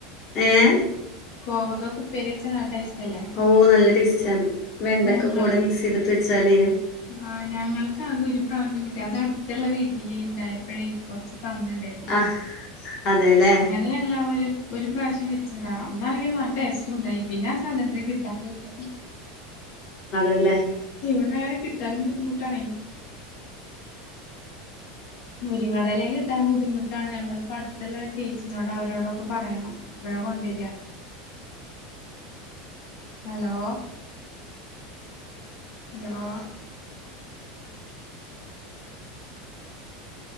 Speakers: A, on the left; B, on the left.
A: ഏഹ്
B: കോവക്ക ഉപ്പേരി വെച്ച നല്ല ടേസ്റ്റല്ലേ?
A: ഓ നല്ല ടേസ്റ്റ് ആണ് വെണ്ടക്ക
B: ഞങ്ങള്
A: കൂടെ മിക്സ് ചെയ്തിട്ട് വെച്ചാല്
B: ആഹ് ഞങ്ങൾക്ക് ആകെ ഒരു പ്രാവശ്യം കിട്ടി. അത് അടുത്തുള്ള വീട്ടിലേ ഉണ്ടായപ്പോഴേ കൊറച്ച് തന്നിണ്ടായിരുന്നു
A: ആഹ് അതെല്ലേ.
B: ഞങ്ങള്അതൊരു ഒരു പ്രാവശ്യം വെച്ചതാ അന്നാണെങ്കില് നല്ല ടേസ്റ്റ്ഉണ്ടായി. പിന്നെ ആ സാധനത്തിനെകിട്ടാനില്ല.
A: അതെല്ലെ?
B: ഇവിടങ്ങനെ കിട്ടാനും ബുദ്ധിമുട്ടാണേ. മുരിങ്ങേടെ ഇലയും കിട്ടാൻ ബുദ്ധിമുട്ടാണ്. ഞമ്മളിപ്പോ അടുത്തുള്ള ചേച്ചിനോട് അവരോടൊക്കെ പറയണം. അപ്പഴാ കൊണ്ടര hello hello